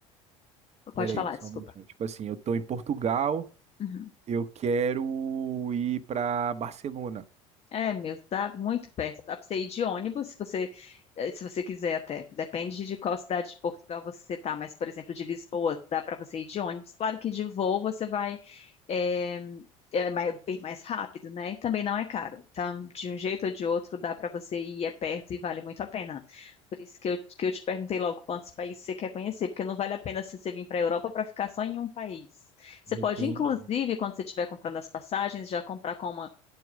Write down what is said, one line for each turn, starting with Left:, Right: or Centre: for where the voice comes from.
Left: Pode
Right: Peraí,
Left: falar,
Right: só
Left: desculpa.
Right: um minutinho. Tipo assim, eu tô em Portugal,
Left: Uhum.
Right: eu quero ir pra Barcelona.
Left: É mesmo, dá muito perto. Dá pra você ir de ônibus, se você, eh, se você quiser até. Depende de qual cidade de Portugal você tá, mas, por exemplo, de Lisboa, dá pra você ir de ônibus. Claro que de voo você vai. eh, é mais- bem mais rápido, né? E também não é caro. Então, de um jeito ou de outro, dá para você ir, é perto e vale muito a pena. Por isso que eu, que eu te perguntei logo quantos países você quer conhecer, porque não vale a pena se você vir para a Europa para ficar só em um país. Você
Right: Entendi.
Left: pode, inclusive, quando você estiver comprando as passagens, já comprar com uma